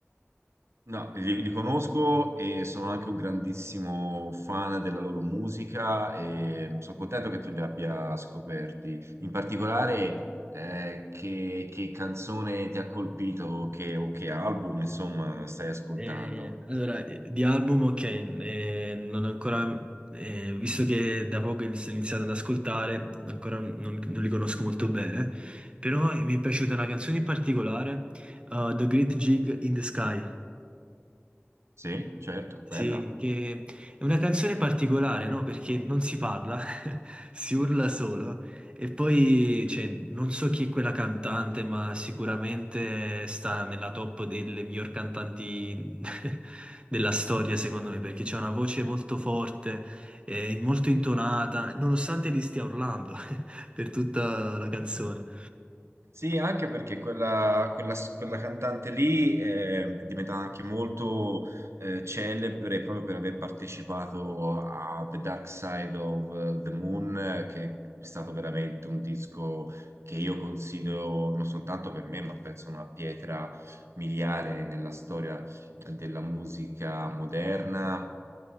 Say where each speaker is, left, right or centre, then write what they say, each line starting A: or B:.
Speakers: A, on the right; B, on the right.
A: No, li, li conosco e sono anche un grandissimo fan della loro musica e sono contento che tu li abbia scoperti. In particolare, eh, che, che canzone ti ha colpito che- o che album, insomma, stai ascoltando?
B: Eh, allora, eh, di album, ok, eh, non ho ancora, eh, visto che da poco li sto iniziando ad ascoltare, ancora non, non li conosco molto bene, però mi è piaciuta una canzone in particolare, eh, The Great Gig in the Sky.
A: Sì, certo,
B: Sì,
A: bella.
B: che è una canzone particolare, no? Perché non si parla, <laughs> si urla solo. E poi, cioè, non so chi è quella cantante, ma sicuramente sta nella top delle miglior cantanti <laughs> della storia, secondo me, perché c'è una voce molto forte, eh, molto intonata, nonostante li stia urlando <laughs> per tutta la canzone.
A: Sì, anche perché quella, quella- quella cantante lì eh, è diventata anche molto eh, celebre proprio per aver partecipato a The Dark Side of the Moon, eh, che è stato veramente un disco che io considero non soltanto per me, ma penso una pietra miliare nella storia della musica moderna.